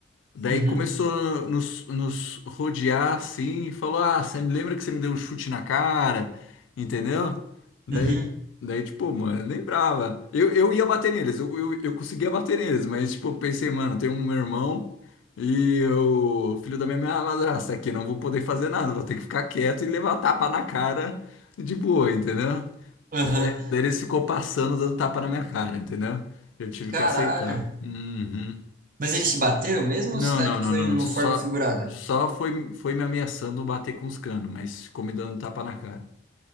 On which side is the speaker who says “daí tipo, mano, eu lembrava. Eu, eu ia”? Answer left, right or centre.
Left